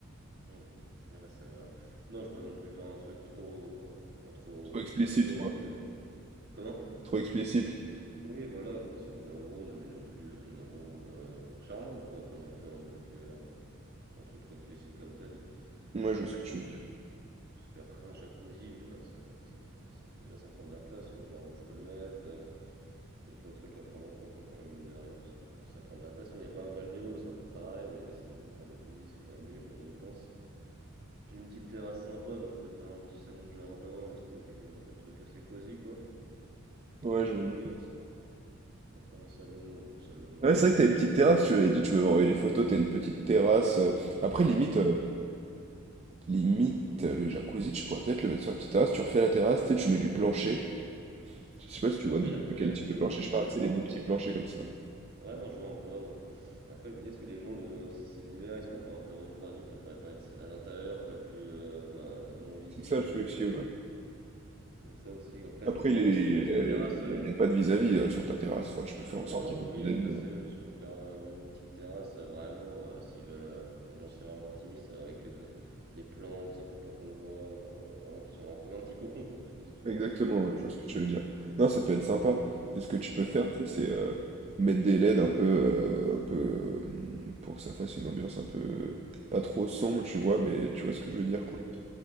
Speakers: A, on the right; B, on the right.
A: Mm. Ouais, c'est vrai. Non, je peux pas non plus faire un truc trop. oh, faut pas trop.
B: Trop explicite,
A: Je sais pas le mot
B: quoi.
A: en tête. Comment?
B: Trop explicite.
A: Oui, voilà, quoi. C'est une love room, mais non plus une love room euh, charmante, quoi. Pas non plus un truc, euh, un truc trop explicite comme t'as dit.
B: Moi, je
A: Après,
B: vois ce
A: faut.
B: que tu veux dire.
A: Parce qu'après un jacuzzi, je sais pas, ça, ça- ça- déjà ça prend de la place, faut voir où je peux le mettre. euh, Il y a plein de trucs à prendre en compte hein, quand même, mine de rien, parce que euh, ça prend de la place. Mais il y a pas un balnéo, c'est un peu pareil, mais c'est- j'avoue qu'un jacuzzi c'est quand même mieux quand on y pense. J'ai une petite terrasse sympa, donc je pourrais faire un petit salon de jardin, un truc, euh, un truc assez cosy quoi.
B: Ouais,
A: Et après
B: je vois.
A: oui, un sa- après un salon, un beau salon,
B: Ouais, c'est vrai
A: après
B: que t'as
A: le
B: une
A: salon.
B: petite terrasse, tu m'avais dit, tu m'avais envoyé les photos, t'as une petite terrasse. euh, Après, limite,
A: Hmm.
B: euh, limite, euh, le jacuzzi, tu pourrais peut-être le mettre sur la petite terrasse, tu refais la terrasse, tu sais, tu mets du plancher. Je sais
A: <laughs>
B: pas si tu
A: Oui,
B: vois de, de
A: après,
B: quel
A: est-ce
B: type
A: que
B: de
A: je
B: plancher
A: me dis
B: je parle,
A: que les
B: c'est
A: gens,
B: des beaux petits planchers comme ça.
A: Ouais, non, je vois en bois, ouais. Mais Après, je me dis, est-ce que les gens, le, si c'est l'hiver, ils sont pas un peu refroidis, ils préféraient pas être à l'intérieur pour être plus, euh, bah, moins visible,
B: C'est ça le souci,
A: être plus.
B: ouais.
A: Il y a ça aussi. Après,
B: Après,
A: je peux faire
B: il est-
A: aussi
B: il
A: une
B: est-
A: petite terrasse.
B: il
A: euh,
B: est- il y a pas de vis-à-vis euh, sur ta terrasse, enfin, tu peux faire
A: Non,
B: en sorte qu'il
A: mais
B: n'y
A: oui,
B: ait pas
A: après,
B: de vis-à-vis.
A: c'est
B: hein.
A: même, je peux faire euh, même une petite terrasse, euh, vraiment, euh, s'ils veulent, euh, ambiance c'est vraiment intimiste, euh, avec euh, de- des plantes, tu sais, pour pas qu'on voit, genre, euh, vraiment, qui sont en- comme un petit cocon, quoi. Je sais pas si tu
B: Exactement,
A: vois un peu ce que je veux
B: ouais,
A: dire.
B: je vois ce que tu veux dire. Non, ça peut être sympa. Et ce que tu peux
A: Hum,
B: faire, tu sais, c'est euh, mettre des LED un peu, euh, un peu euh, hmm, pour que ça fasse une ambiance un peu euh, pas trop sombre, tu vois, mais tu vois ce que je veux dire,
A: Tamisé.
B: quoi.